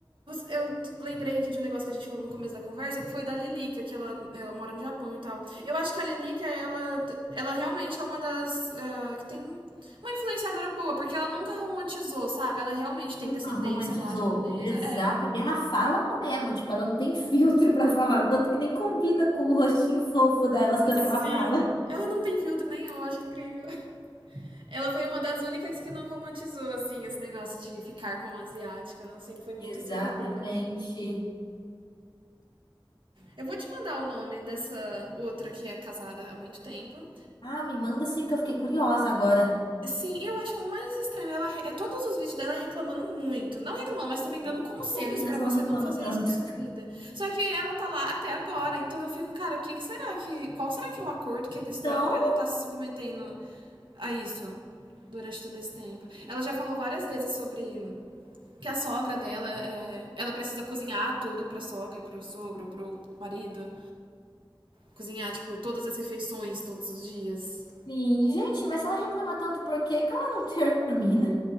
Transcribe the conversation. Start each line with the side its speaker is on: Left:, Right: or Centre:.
Right: eu lembrei aqui de um negócio que a gente falou no começo da conversa, que foi da Lilica, que ela, ela mora no Japão e tal. Eu acho que a Lilica, ela, ela realmente é uma das. ah, que tem uma influenciadora boa, porque ela nunca romantizou, sabe? Ela realmente tem
Left: Nunca
Right: descendência
Left: romantizou.
Right: lá japonesa.
Left: Exata.
Right: É.
Left: E ela fala mesmo, tipo, ela não tem filtro pra falar, tanto que nem combina com o rostinho fofo dela, as coisas
Right: Sim.
Left: que ela fala.
Right: Ela não tem filtro nenhum, eu acho incrível. Ela foi uma das únicas que não romantizou, assim, esse negócio de ficar com asiática. Ela sempre foi muito
Left: Exatamente.
Right: certeira. Eu vou te mandar o nome dessa outra que é casada há muito tempo.
Left: Ah, me manda sim que eu fiquei curiosa agora.
Right: Sim, eu acho o mais estranho. Ela re- é todos os vídeos dela reclamando muito. Não reclamando, mas também
Left: Por
Right: dando
Left: que que
Right: conselhos
Left: ela não termina
Right: pra
Left: se
Right: você
Left: ela reclama
Right: não fazer
Left: tanto?
Right: isso com a sua vida. Só que ela tá lá até agora, então eu fico, cara, que que será que. Qual será que é o acordo que eles
Left: Então,
Right: têm pra ela estar se submetendo a isso durante todo esse tempo? Ela já falou várias vezes sobre que a sogra dela, é, ela precisa cozinhar tudo pra sogra, pro sogro, pro marido. Cozinhar, tipo, todas as refeições, todos os dias.
Left: sim, gente, mas se ela reclama tanto, por que que ela não termina?